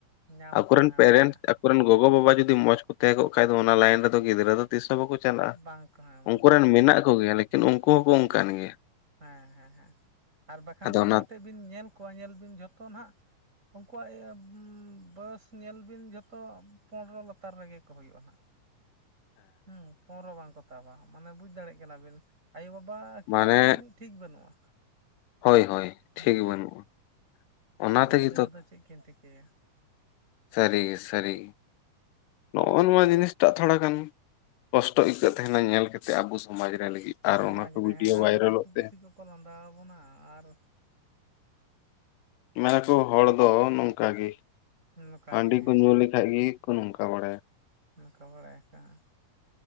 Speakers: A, on the right (about 20°); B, on the left (about 85°).
A: ᱧᱟᱢ
B: ᱟᱠᱚᱨᱮᱱ
A: ᱠᱟᱫᱟ ᱦᱟᱸᱜ
B: ᱯᱮᱨᱮᱱᱴᱥ
A: ᱢᱟᱱᱮ
B: ᱟᱠᱚᱨᱮᱱ ᱜᱚᱜᱚ ᱜᱚ ᱵᱟᱵᱟ ᱡᱩᱫᱤ ᱢᱚᱸᱡᱽ ᱠᱚ ᱛᱟᱦᱮᱸ ᱠᱚᱜ ᱠᱷᱟᱱ ᱫᱚ ᱚᱱᱟ ᱞᱟᱭᱤᱱ ᱨᱮᱫᱚ ᱜᱤᱫᱽᱨᱟᱹ ᱫᱚ ᱛᱤᱥ ᱛᱟᱠᱚ ᱠᱚ ᱪᱟᱞᱟᱜᱼᱟ
A: ᱵᱟᱝᱠᱚ ᱦᱮᱸ ᱵᱟᱝᱠᱚ
B: ᱩᱱᱠᱩᱨᱮᱱ
A: ᱪᱟᱞᱟᱜᱼᱟ
B: ᱢᱮᱱᱟᱜ
A: ᱦᱮᱸ
B: ᱠᱚᱜᱮᱭᱟ ᱞᱮᱠᱤᱱ ᱩᱱᱠᱩ ᱦᱚᱸᱠᱚ ᱚᱱᱠᱟᱱ ᱜᱮᱭᱟ
A: ᱦᱮᱸ ᱦᱮᱸ ᱦᱮᱸ ᱟᱨ ᱵᱟᱠᱷᱟᱱ
B: ᱟᱫᱚ
A: ᱛᱤᱱ
B: ᱚᱱᱟ
A: ᱜᱚᱴᱮᱡ ᱵᱤᱱ ᱧᱮᱞ ᱠᱚᱣᱟ ᱧᱮᱞ ᱵᱤᱱ ᱡᱷᱚᱛᱚ ᱱᱷᱟᱜ ᱩᱱᱠᱩᱣᱟᱜ ᱵᱚᱭᱚᱥ ᱧᱮᱞ ᱵᱤᱱ ᱡᱷᱚᱛᱚ ᱯᱚᱱᱨᱚ ᱞᱟᱛᱟᱨ ᱨᱮᱜᱮ ᱠᱚ ᱦᱩᱭᱩᱜᱼᱟ ᱱᱷᱟᱜ ᱦᱮᱸ ᱯᱚᱱᱨᱚ ᱵᱟᱝ ᱠᱚ ᱛᱟᱵᱟ ᱢᱟᱱᱮ ᱵᱩᱡᱽ ᱫᱟᱲᱮᱭᱟᱜ ᱠᱟᱱᱟ ᱵᱤᱱ ᱟᱭᱳ ᱵᱟᱵᱟ ᱵᱟ ᱟᱹᱠᱤᱱᱟᱜ
B: ᱢᱟᱱᱮ
A: ᱜᱮ ᱡᱟᱹᱱᱤᱡ ᱴᱷᱤᱠ ᱵᱟᱹᱱᱩᱜᱼᱟ
B: ᱦᱳᱭ ᱦᱳᱭ
A: ᱦᱮᱸ
B: ᱴᱷᱤᱠ ᱵᱟᱹᱱᱩᱜᱼᱟ ᱚᱱᱟ
A: ᱟᱫᱚ
B: ᱛᱮᱜᱮ
A: ᱜᱤᱫᱽᱨᱟᱹ ᱫᱚ ᱪᱮᱫ ᱠᱤᱱ ᱴᱷᱤᱠᱟᱹᱭᱟ
B: ᱥᱟᱹᱨᱤ ᱜᱮ ᱥᱟᱹᱨᱤ ᱜᱮ ᱱᱚᱜ-ᱚ ᱱᱚᱣᱟ ᱡᱤᱱᱤᱥ ᱴᱟᱜ ᱛᱷᱚᱲᱟ ᱜᱟᱱ ᱠᱚᱥᱴᱚ ᱟᱹᱭᱠᱟᱹᱜ ᱛᱟᱦᱮᱱᱟ ᱧᱮᱞ ᱠᱟᱛᱮ ᱟᱵᱚ ᱥᱚᱢᱟᱡᱽ ᱨᱮ ᱞᱟᱹᱜᱤᱫ ᱟᱨ
A: ᱥᱚᱢᱟᱡᱽ
B: ᱚᱱᱟ ᱠᱚ
A: ᱨᱮ
B: ᱵᱷᱤᱰᱭᱳ
A: ᱦᱮᱸ ᱟᱨᱦᱚᱸ
B: ᱵᱷᱟᱭᱨᱟᱞᱚᱜ
A: ᱫᱤᱠᱩ ᱯᱩᱥᱤ
B: ᱛᱮ
A: ᱠᱚᱠᱚ ᱞᱟᱸᱫᱟᱣᱟᱵᱚᱱᱟ ᱟᱨ
B: ᱢᱮᱱᱟ ᱠᱚ ᱦᱚᱲ ᱫᱚ ᱱᱚᱝᱠᱟ ᱜᱮ
A: ᱱᱚᱝᱠᱟ
B: ᱦᱟᱺᱰᱤ
A: ᱜᱮ
B: ᱠᱚ ᱧᱩ ᱞᱮᱠᱷᱟᱡ ᱜᱮ ᱠᱚ ᱱᱚᱝᱠᱟ ᱵᱟᱲᱟᱭᱟ
A: ᱚᱱᱠᱟ ᱵᱟᱲᱟᱭᱟᱠᱚ ᱦᱮᱸ